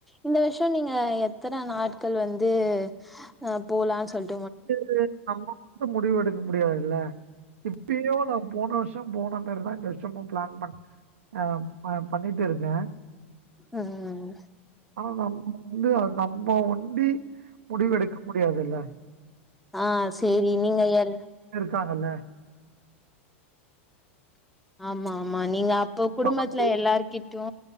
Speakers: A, in the centre; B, on the right.
A: இந்த வர்ஷோ நீங்க எத் இத்தன நாட்கள் வந்து ஆ போலான் சொல்ட்
B: <unintelligible> நம்ப மட்டு முடிவு எடுக்க முடியாதுல இப்பியு நா போன வர்ஷோ ஷோ போனமேரிதா இந்த வர்ஷமு பிளான் ஹ ஹ பண்ணிட்டு இருக்கே
A: ம்
B: ஆஹ் <unintelligible> வந்து நம்ப ஒண்டி முடிவு எடுக்க முடியாதுல
A: ஆ சேரி நீங்க எல்லாரு
B: க்காங்கல
A: ஆமா ஆமா நீங்க அப்போ
B: இப்ப
A: குடும்பத்ல
B: வந்து
A: எல்லார்கிட் க்கு